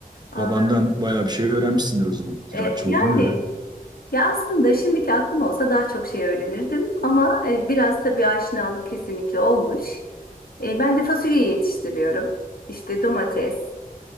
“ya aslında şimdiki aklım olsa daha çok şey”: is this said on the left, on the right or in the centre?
Left